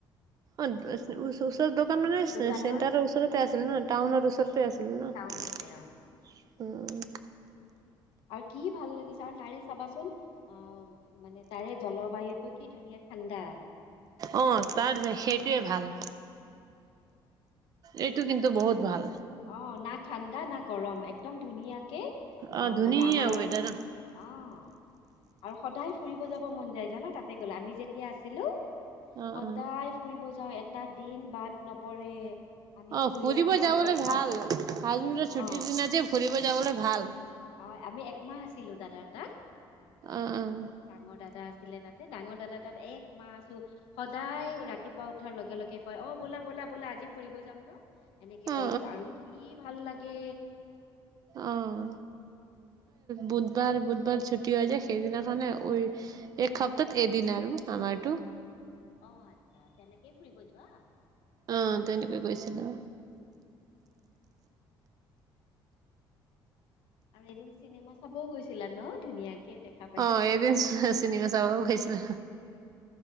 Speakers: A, on the right; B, on the left.
A: অ', <unintelligible> ৰ দোকান মানে
B: দোকানৰ
A: চেণ্টাৰৰ ওচৰতে
B: অ
A: আছিল ন' টাউনৰ ওচৰতে আছিল ন'।
B: টাউনতে অ
A: উম
B: <inaudible> আৰু কি ভাল লাগিছে আৰু তাৰে চাবাচোন অ মানে তাৰে জলবায়ুতটো কি ধুনীয়া ঠাণ্ডা
A: অ তাৰ যে সেইটোৱে ভাল এইটো কিন্তু বহুত ভাল
B: অ না ঠাণ্ডা না গৰম একদম ধুনীয়াকে
A: অ
B: অহ
A: ধুনীয়া
B: মানে আমাৰ
A: ৱেডাৰ
B: অহ আৰু সদায় ফুৰিব যাব মন যায় জান তাক গল আমি যেতিয়া আছিলো
A: অ
B: সদায়
A: অ
B: ফুৰিব যাওঁ এটা দিন বাদ নপৰে আমিতো
A: অ
B: দুইমাহ
A: ফুৰিব
B: আমি
A: যাবলৈ
B: একমাহ
A: ভাল আজমিৰৰ ছুটিৰ
B: অ
A: দিনা যে ফুৰিব যাবলৈ ভাল
B: অ আমি একমাহ আছিলো দাদাৰ তাত
A: অ অ
B: ডাঙৰ দাদা ছিলে তাতে ডাঙৰ দাদা তাত এক মাহছো সদায় ৰাতিপুৱা উঠাৰ লগে লগে কয় অ বোলা বোলা বোলে আজি ফুৰিব যাম ন এনেকে
A: অ
B: কয় আৰু কি ভাল লাগে
A: উম
B: <inaudible>
A: বুধবাৰ বুধবাৰ ছুটি হৈ যায় সেইদিনাখনে ঐ এক সপ্তাহত এদিন আৰু আমাৰতো
B: অ অ আচ্ছা তেনেকেই ফুৰিব যোৱা
A: আহ তেনেকুৱাই কৈছিলো
B: আৰু এদিন চিনেমা চাবও গৈছিলা ন ধুনীয়াকে দেখা পাইছো
A: অ এদিন চিনেমা চাব গৈছিলো